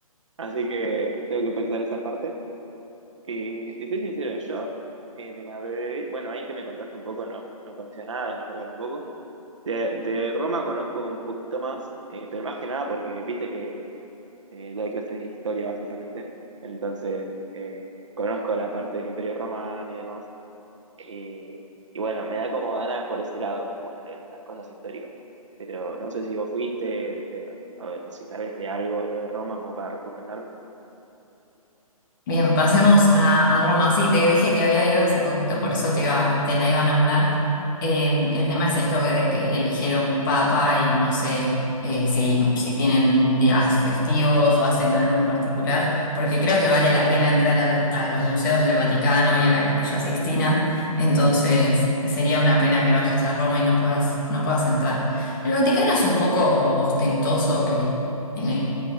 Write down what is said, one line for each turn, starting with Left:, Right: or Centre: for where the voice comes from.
Right: así que tengo que pensar esa parte. Eh, te soy sincero, yo eh, de Marbella, bueno, ahí que me contaste un poco, no, no conocía nada, de Mallorca tampoco. De, de Roma conozco un poquito más, eh, pero más que nada porque viste que eh, doy clases de historia básicamente, entonces eh, conozco la parte del Imperio Romano y demás. Eh, y bueno, me da como ganas por ese lado, como de las cosas históricas. Pero no sé si vos fuiste, de- a ver, si sabes de algo de Roma como para recomendarme.
Left: Bien, pasemos a, a Roma. Sí, te dije que había ido hace poquito, por eso te iba, te la iba a nombrar. Eh, el tema es esto que, de que eligieron papa y no sé eh, si, si tienen días festivos o hacen algo en particular, porque creo que vale la pena entrar al- a los museos del Vaticano y a la Capilla Sixtina, entonces sería una pena que vayas a Roma y no puedas, no puedas entrar. El Vaticano es un poco ostentoso y tiene